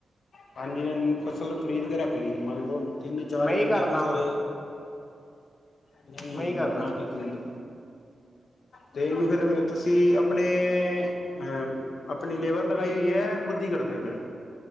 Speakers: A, on the left; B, on the left.
A: ਪੰਜ ਦਿਨ ਫਸਲ ਖ਼ਰੀਦ ਕੇ ਰੱਖ ਲਈ ਮੰਨ ਲਓ ਤਿੰਨ ਚਾਰ
B: ਮੈਂ
A: ਮਹੀਨੇ
B: ਹੀ ਕਰਦਾ
A: ਫਸਲ
B: ਵਾਂ
A: ਹਮ
B: ਮੈਂ ਹੀ ਕਰਦਾ
A: ਮ ਇੱਕ ਮਿੰਟ। ਤੇ ਇਹਨੂੰ ਫੇਿਰ ਤੁਸੀਂ ਆਪਣੇ ਅਹ ਆਪਣੀ ਲੇਬਰ ਲਗਾਈ ਹੋਈ ਹੈ ਖੁਦ- ਕੀ ਕਰਦੇ ਹੋ ਫੇਰ।